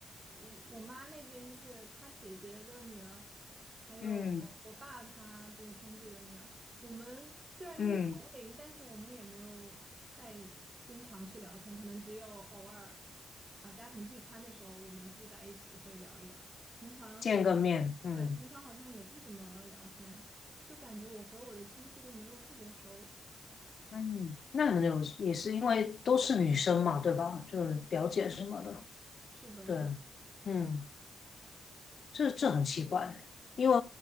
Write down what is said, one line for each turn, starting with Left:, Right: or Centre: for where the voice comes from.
Right: 我我妈那边就是她姐姐的女儿，还有我爸他就是兄弟的女儿。
Left: 嗯
Right: 我们虽然就是同龄，
Left: 嗯，
Right: 但是我们也没有太经常去聊天，可能只有偶尔啊、家庭聚餐的时候我们聚在一起会聊一聊。平常
Left: 见个面，嗯
Right: 对平常好像也不怎么聊天，就感觉我和我的亲戚都没有特别熟。
Left: 嗯，那你们有也是因为都是女生嘛，对吧？就是表姐什么的，
Right: 是的，
Left: 对，
Right: 是的，
Left: 嗯这这很奇怪，因为